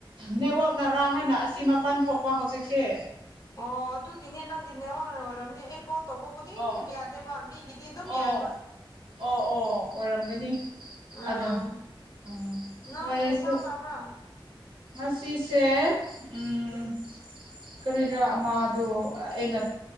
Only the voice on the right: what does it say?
ꯅꯦꯠꯋꯥꯛꯅꯔꯥ ꯍꯥꯏꯅ ꯑꯁꯤ ꯃꯄꯥꯟ ꯊꯣꯛꯄ ꯍꯧꯖꯤꯛꯁꯦ
ꯑꯣ
ꯑꯣ
ꯑꯣ ꯑꯣ ꯑꯣꯏꯔꯝꯒꯅꯤ
ꯑꯗꯣ ꯎꯝ
ꯅꯣꯏꯁꯨ
ꯉꯁꯤꯁꯦ ꯎꯝ
ꯀꯔꯤꯔꯥ ꯑꯃꯗꯣ ꯑꯩꯅ